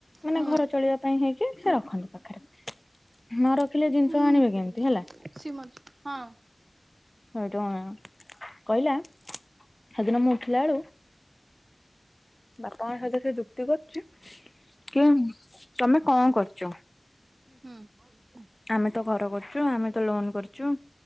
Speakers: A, on the left; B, on the right.
A: ମାନେ
B: ହୁଁ
A: ଘର ଚଳିବା ପାଇଁ ହେଇକି ସେ ରଖନ୍ତି ପାଖରେ ନ ରଖିଲେ ଜିନିଷ
B: ହୁଁ
A: ଆଣିବେ କେମିତି ହେଲା।
B: ହଁ
A: ସେଇଠୁ କହିଲା ସେଦିନ ମୁଁ ଉଠିଲା ବେଳୁ ବାପା ଙ୍କ ସହିତ ସେ ଯୁକ୍ତି କରୁଛି କି ତମେ କଣ କରୁଛ ଚ
B: ହୁଁ।
A: ଆମେ ତ ଘର କରୁଚୁ ଆମେ ତ ଲୋନ କରୁଚୁ